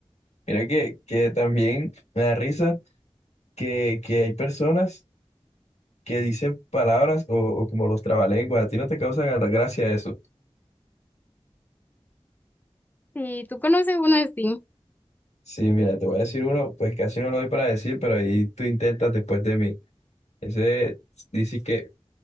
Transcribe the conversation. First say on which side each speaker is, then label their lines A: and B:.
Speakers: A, on the left; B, on the left.
A: Mira que, que también me da risa que, que hay personas que dicen palabras o, o como los trabalenguas, a ti no te causa gra- gracia eso.
B: Sí, tú conoces uno así.
A: Sí, mira, te voy a decir uno, pues casi no lo doy para decir, pero ahí tú intentas después de mí. Ese dice que